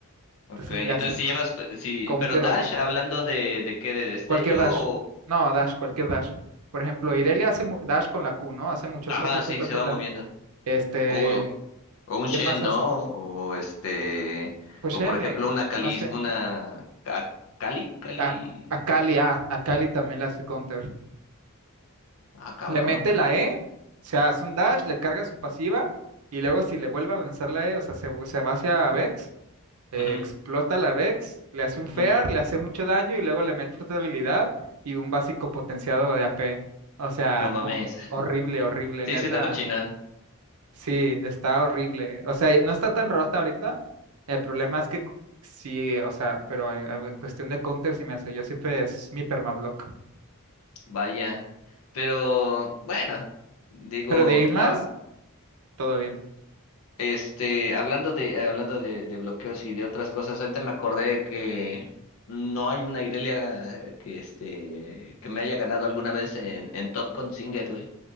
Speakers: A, on the left; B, on the right.
A: Ok,
B: Entonces
A: entonces
B: le hace un
A: si llevas, si,
B: counter
A: pero Dash,
B: horrible.
A: hablando de, de qué, de destello
B: Cualquier dash.
A: o...
B: No, dash, cualquier dash. Por ejemplo, Irelia hace mu- dash con la Q, ¿no? Hace mucho
A: Ajá,
B: ta ta ta
A: sí,
B: ta
A: se
B: ta
A: va
B: ta.
A: moviendo.
B: Este,
A: O, o un
B: ¿quién
A: Shen,
B: más hace?
A: ¿no? O este,
B: Pues
A: o
B: Shen,
A: por ejemplo
B: eh,
A: una Cali,
B: no sé.
A: una Ca- Cali, Cali.
B: A, a Kali, ah, a Kali también le hace counter.
A: Ah, cabrón.
B: Le mete la E, se hace un dash, le carga su pasiva y luego si le vuelve a lanzar la E, o sea, se, vu- se va hacia Vex, eh,
A: Ujú,
B: explota la Vex, le hace un Fear,
A: ujú.
B: le hace mucho daño y luego le mete otra habilidad y un básico potenciado de AP. O sea,
A: No
B: no,
A: mames.
B: horrible, horrible,
A: Sí,
B: neta.
A: sí está cochinón,
B: Sí, está horrible. O sea, no está tan rota ahorita. El problema es que cu- sí, o sea, pero en, en cuestión de counter sí me hace. Yo siempre es mi permablock.
A: vaya. Pero bueno, digo,
B: Pero de ahí en más,
A: ah,
B: todo bien.
A: este, hablando de, hablando de, de bloqueos y de otras cosas, ahorita me acordé que no hay una Irelia que este, que me haya ganado alguna vez en, en Top con Singed, güey.